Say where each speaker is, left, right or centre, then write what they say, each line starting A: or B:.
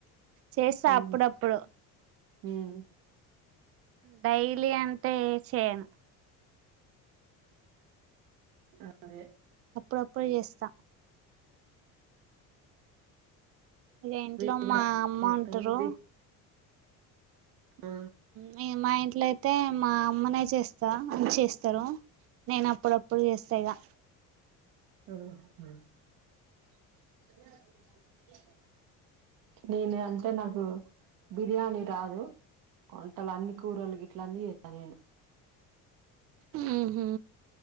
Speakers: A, on the right; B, on the right.
A: చేస్సా
B: ఉమ్,
A: అప్పుడప్పుడు
B: ఉమ్
A: డైలి అంటే ఏ చేయను
B: ఆ అదే
A: అప్పుడప్పుడు చేస్తా ఇదె ఇంట్లో
B: మీరు కూడా
A: మా అమ్మ
B: చేస్తానండి
A: ఉంటరు
B: ఆ
A: మీ మా ఇంట్లో లే అయితే మా అమ్మనే చేస్తా అని చేస్తారు నేను అప్పుడప్పుడు చేస్తా ఇగా
B: అఓ <unintelligible> నేను అంటే నాకు బిర్యానీ రాదు వంటలు అన్ని కూరలు గిట్ల అన్ని చేస్తా నేను
A: ఉహు